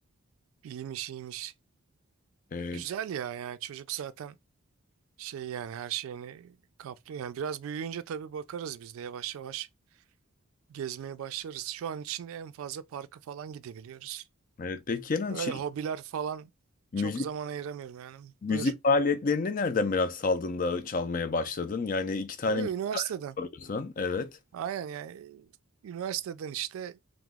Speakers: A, on the right; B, on the left.
A: İyiymiş iyiymiş.
B: Evet.
A: Güzel ya yani çocuk zaten şey yani her şeyini kaplıyor. Yani biraz büyüyünce tabii bakarız biz de yavaş yavaş gezmeye başlarız. Şu an için en fazla parka falan gidebiliyoruz.
B: Evet peki Kenan
A: Öyle
B: şey
A: hobiler falan
B: müzik
A: çok zaman ayıramıyorum yani.
B: müzik
A: Buyur.
B: faaliyetlerine nereden merak saldın da çalmaya başladın? Yani iki tane
A: Yo, Üniversiteden.
B: mi çalıyorsun? Evet.
A: Aynen yani üniversiteden işte